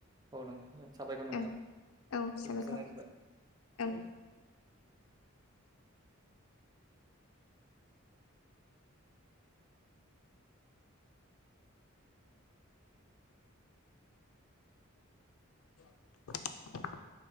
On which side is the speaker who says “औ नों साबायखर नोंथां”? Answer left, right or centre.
Right